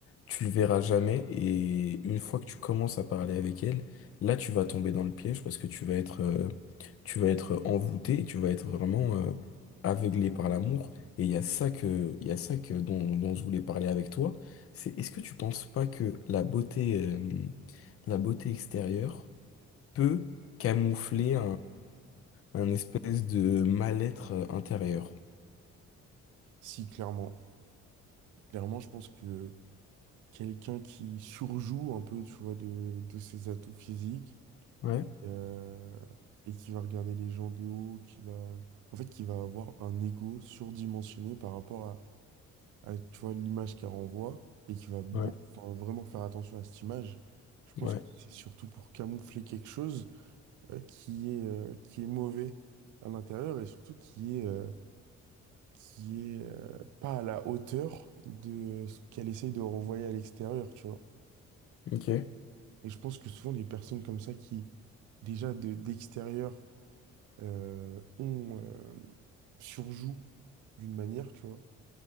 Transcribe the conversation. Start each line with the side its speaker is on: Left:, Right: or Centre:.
Left: tu le verras jamais et une fois que tu commences à parler avec elle, là tu vas tomber dans le piège parce que tu vas être, euh, tu vas être envoûté et tu vas être vraiment, euh, aveuglé par l'amour. Et il y a ça que, il y a ça que dont, dont je voulais parler avec toi. C'est est-ce que tu penses pas que la beauté, euh, la beauté extérieure peut camoufler un espèce de mal-être euh, intérieur.
Right: Si, clairement. Clairement, je pense que quelqu'un qui surjoue un peu, tu vois, de, de ses atouts physiques,
Left: Ouais,
Right: et, euh, et qui va regarder les gens de haut, qui va, en fait, qui va avoir un ego surdimensionné par rapport à, à, tu vois, l'image qu'elle renvoie et qui va beau-
Left: Ouais,
Right: enfin, vraiment faire attention à cette image. Je pense
Left: ouais,
Right: que c'est surtout pour camoufler quelque chose euh, qui est, euh, qui est mauvais à l'intérieur et surtout qui est, euh, qui est euh, pas à la hauteur de euh, ce qu'elle essaye de renvoyer à l'extérieur, tu vois.
Left: ok,
Right: Et je pense que souvent les personnes comme ça qui, déjà de, d'extérieur, euh, on euh, surjoue d'une manière, tu vois.